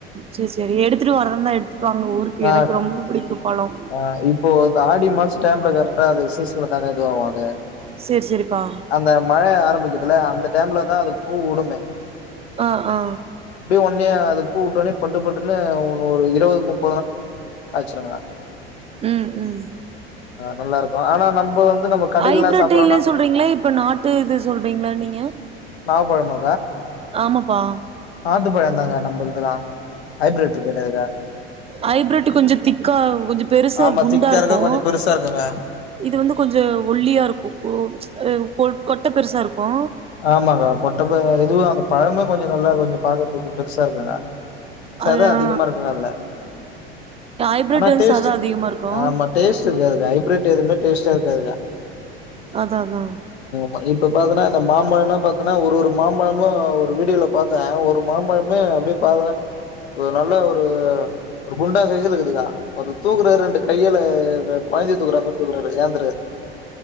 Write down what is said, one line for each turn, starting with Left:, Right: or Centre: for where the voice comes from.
Right: செர் செரி எடுத்துட்டு வரந்தா எடுத்துட்டு பாங்க ஊருக்கு
Left: ஆ
Right: எனக்கு ரொம்ப புடிக்கும் பழம்
Left: ஆ இப்போ இந்த ஆடி மாச டைம்ல கரெக்டா <unintelligible>
Right: சேரி சேரிப்பா
Left: அந்த மழ ஆரம்பிக்க துல அந்த டைம்ல தா அது பூ உடுமே
Right: ஆ ஆ
Left: ஒனே அது பூ உட்டோனே பட்டு பட்டுன்னு ஒ ஒரு இருபது முப் சிருங்க
Right: உம் உம்
Left: நல்லா இருக்கு ஆனா நம்ப வந்து நம்ம கடைலல்லா
Right: ஐபரடில
Left: சாப்பட்றோன்னா
Right: சொல்றீங்களா இப்ப நாட்டு இது சொல்றீங்களா நீங்க
Left: நாவ் பழமா
Right: ஆமாப்பா
Left: நாட்டு பழம்ந்தாங்க நம்பல்தெல்லா ஹைபிரட் கிடையதுக்கா
Right: ஹைபிரிட்டு கொஞ்சோ திக்கா கொஞ்சோ பெருசார்
Left: ஆமா
Right: குண்டா
Left: திக்கா
Right: இருக்கோ
Left: இருக்கு கொஞ்சோ பெருசா இருக்குங்க
Right: இது வந்து கொஞ்சா ஒல்லியாருக்கு கொ ச்ச ஆ ஒர் கொட்ட பெருசாருக்கோ
Left: ஆமாகா கொட்டப்ப இதுவு அந்த பழமு கொஞ்சோ நல்லா கொஞ்சோ பாக்கற்துக்கு பெருசா இருக்குங்கா சத
Right: அது
Left: அதிகமா
Right: ஆ
Left: இருக்குங்கா அதுல
Right: ஐப்ரோட்
Left: ஆனா
Right: வந்து
Left: டேஸ்ட்டு
Right: சத அதிகமா இருக்கு
Left: ஆமா டேஸ்ட்டு இருக்காதுகா ஹைபிரிட் எதுமே டேஸ்ட்டா இரு காதுகா
Right: அதா அதா
Left: வ இப்ப பாத்தனா ந்த மாம்பழலா பாத்தனா ஒரு ஒரு மாம்பழமோ ஒரு வீடியோல பாத்தே ஒரு மாம்பழமே அப்டே பாத்தனா ஒர் நல்லா ஒரு ஒரு குண்டா சைசுலக்குதுக்கா ஒரு தூக்குற ரெண்டு கையல த கொயிந்தைய தூக்குற மாரி தூக்குனுவராரு ஏந்தெரா